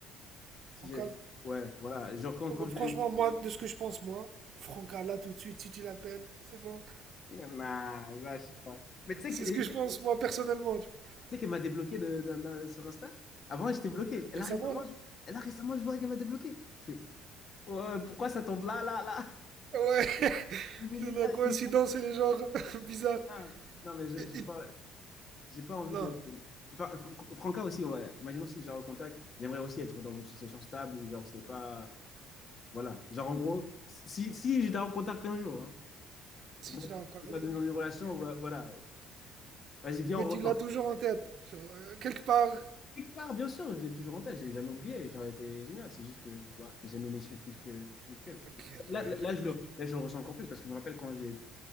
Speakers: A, on the right (about 60°); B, on the left (about 40°).
A: Franca,
B: Si j'ai- ouais, voilà. Genre, quand, quand je
A: franchement,
B: l'ai.
A: moi, de ce que je pense, moi, Franca, là, tout de suite, si tu l'appelles, c'est bon.
B: Nah, là, je sais pas. Mais tu sais
A: C'est
B: que
A: ce que je pense, moi, personnellement. tu vois.
B: Tu sais qu'elle m'a débloqué de, d'un- d'un- sur Insta? Avant, j'étais bloqué. Et
A: Récemment,
B: là, récemment,
A: là?
B: je, et là, récemment, je vois qu'elle m'a débloqué. Je fais, Ouais, pourquoi ça tombe là, là, là?
A: Ouais.
B: <laughs> L'univers,
A: La coïncidence, elle est genre <laughs> bizarre.
B: là. Non, mais je-
A: Et-
B: j'ai pas,
A: et-
B: j'ai pas envie
A: Non,
B: de. Enfin, Fran- Franca aussi, ouais. Imaginons si je recontact, j'aimerais aussi être dans une association stable où, genre, c'est pas. Voilà. Genre, en gros, si, si j'étais en contact un jour, hein,
A: si
B: c'est moi
A: tu l'as
B: qui-
A: encore.
B: c'est
A: Mais,
B: pas dans une relation,
A: mais-
B: voilà. voilà. Vas-y, viens,
A: mais
B: on
A: tu
B: retombe.
A: l'as toujours en tête. Genre, euh, quelque part.
B: Quelque part, bien sûr, j'ai toujours en tête, j'ai jamais oublié, j'aurais été génial, c'est juste que bah, j'aimais Michel plus que plus qu'elle.
A: Ok,
B: Là,
A: ouais,
B: là,
A: je
B: là,
A: vous.
B: je le,
A: dis.
B: là, je le ressens encore plus parce que je me rappelle quand j'ai